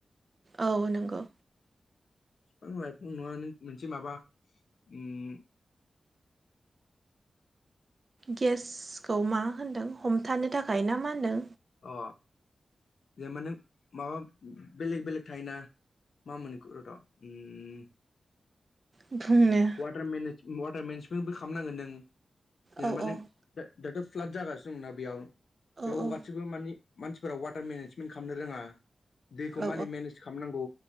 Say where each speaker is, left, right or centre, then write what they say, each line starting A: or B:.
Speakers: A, on the right; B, on the left.
A: औ नोंगौ
B: फिफां लाइफां नङा मोनसे माबा उम
A: गेसखौ मा होनदों हमथानो थाखाय ना मा होनदों?
B: अ जेनबा नों माबा बेलेग बेलेग थायोना मा होनोमोन बेख रथ उम
A: बुंनो
B: वाटार मेनेज वाटार मेनेजमेन्टबो खालामनांगोन नों जेनेबा
A: औ
B: नों
A: औ
B: दा दाथ फ्लाद जागासिनो दंना बेयाव
A: औ
B: बेयाव गाैबो मानि मानसिफोरा वाटार मेनेजमेन्ट खालामनो रोङा दैखौ
A: औ
B: मानि मेनेज खालामनांगौ